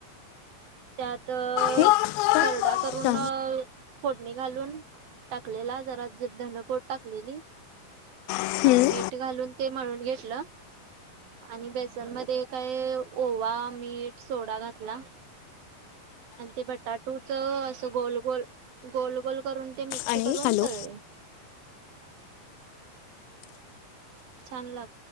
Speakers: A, on the right (about 80°); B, on the left (about 90°).
A: त्यात
B: हे का
A: खरडा करून
B: का
A: फोडणी घालून टाकलेला जरा धने पूड टाकलेली
B: हम्म
A: आणि मीठ घालून ते मळून घेतलं. आणि बेसन मध्ये काय ओवा मीठ सोडा घातला. आणि ते बटाटूच असं गोल गोल गोल गोल करून ते मिक्स
B: आणि
A: करून
B: हॅलो
A: तळले. छान लाग